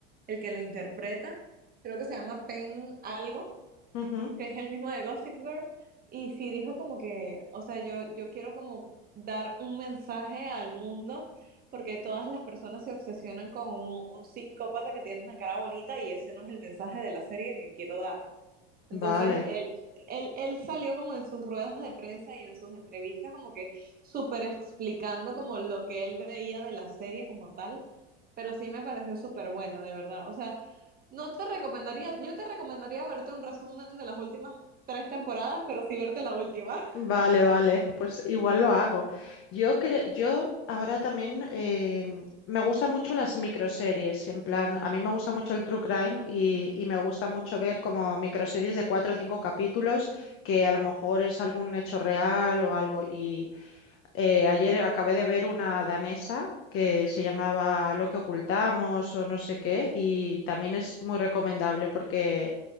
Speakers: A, on the right; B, on the left.
A: el que lo interpreta. Creo que se llama Pen algo
B: Ujú.
A: que es el mismo de Gossip Girl, y sí dijo como que, o sea, yo, yo quiero como dar un mensaje al mundo, porque todas las personas se obsesionan con un, un psicópata que tiene una cara bonita y ese no es el mensaje de la serie que quiero dar. Entonces,
B: Vale.
A: él, él, él salió como en sus ruedas de prensa y en sus entrevistas como que súper explicando como lo que él veía de la serie como tal, pero sí me pareció súper buena, de verdad. O sea, no te recomendaría, yo te recomendaría verte un resumen de las últimas tres temporadas, pero sí verte la última. <laughs>
B: Vale, vale, pues igual lo hago. Yo creo, yo ahora también em, me gustan mucho las microseries, en plan, a mí me gusta mucho el true crime y, y me gusta mucho ver como microseries de cuatro o cinco capítulos que a lo mejor es algún hecho real o algo. Y eh, ayer acabé de ver una danesa que se llamaba Lo que ocultamos o no sé qué y también es muy recomendable porque